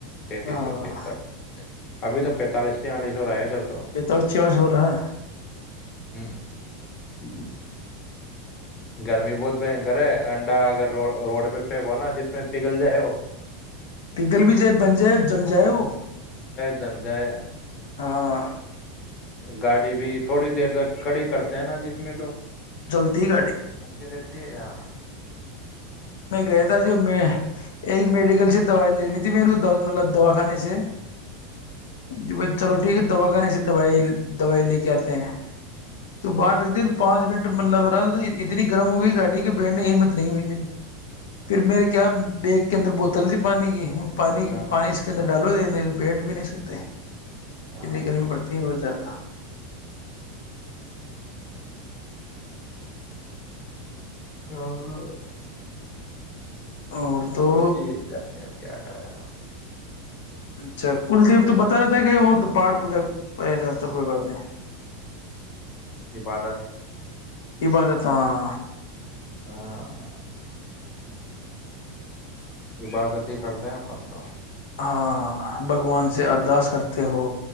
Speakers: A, on the left; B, on the left.
A: تینتیس
B: ہاں
A: چونتیس تک اب تو پینتالس سے آ جو رائے درد
B: یہ تو چس ہو رہا
A: ٹت گرمی بہت بنکر ہے انڈا اگر روڈ پہ پھیکو نا جس میں پگھل جائے وہ
B: پ گل بھی جائے بن جائے جم جائے وہ
A: دندہ
B: ہاں
A: گاڑی بھی تھوڑی دیر تک کھڑی کرتے ہیں نا جس میں تو
B: جلتی گاڑی
A: ای رہ ت آ
B: میں گیا تھا جو میں ایک میڈیکل سے دوائی لینی تھی میرے کو مطلب دوا خانے سے جو میں چلو ٹھیک ہے دوا کاان سے دوائی دوائی لے کے آتے ہیں تو باہر رکھ دی تو پانچ منٹ ملہب رہا اتنی گرم ہو گئی گاڑی کے بیٹھنے ہمت نہیں ہوئی میری پھر میرے کیا بیگ کے اندر بوتل تھی پانی کی پانی
A: ہاں
B: پانی اس کے اندر ڈالو نہیں بیٹ بھی نہیں س د
A: ہاں
B: اتنی گرمی پڑتی ہے بہت زیادہ
A: ہاں
B: اور تو
A: پڑتی گھرنے کیا کرا
B: اچھا کلدیپ تو بتا رہتا ہے کہ وہ تو پہاڑ پوجا ایسار کوئی بات نہیں
A: عبادت
B: عبادت ہاں
A: ہاں عبادتی ہی کرتے ہیں پنندرہ
B: ہاں بھگوان سے اردس کرتے ہو